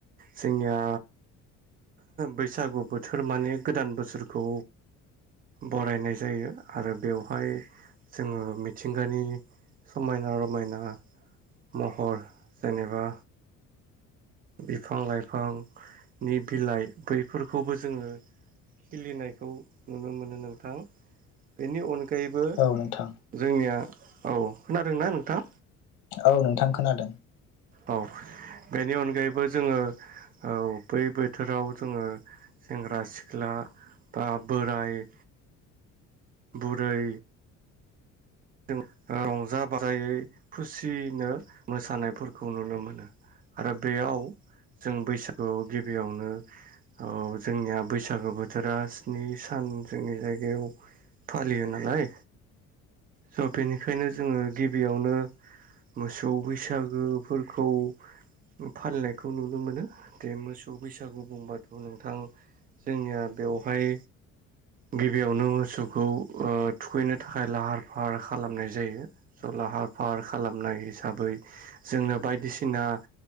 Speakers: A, on the right; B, on the left.
A: जोंनिया बैसागु बोथोर माने गोदान बोसोरखौ बरायनाय जायो आरो बेवहाय जोङो मिथिंगानि समायना रमायना महर जेनेबा बिफां लाइफांनि बिलाइ बैफोरखौबो जोङो खिलिनायखौ नुनो मोनो नोंथां बेनि अनग गायैबो
B: औ नोंथां
A: जोंनिया औ खोनादोंना नोंथां?
B: औ नोंथां खोनादों।
A: अ बेनि अनगायैबो जोङो औ‌ बै बोथोराव जोङो सेंग्रा सिख्ला बा बोराय बुरै जों ओ रंजा बाजायै खुसिनो मोसानायफोरखौ नुनो मोनो। आरो बेयाव जों बैसागुआव गिबियावनो औ जोंनिया बैसागो बोथोरा स्नि सान जोंनि जायगायाव फालियो नालाय स' बेनिखायनो जोङो गिबियावनो मोसौ बैसागोफोरखौ ओ फालिनायखौ नुनो मोनो बेे मोसौ बैसागु बुंबाथ' नोंथां जोंनिया बेवहाय गिबियावनो मोसौखौ ओ थुखैनो थाखाय लाहार फाहार खालामनाय जायो स' लाहार फाहार खालामनाय हिसाबै जोंनो बायदिसिना आ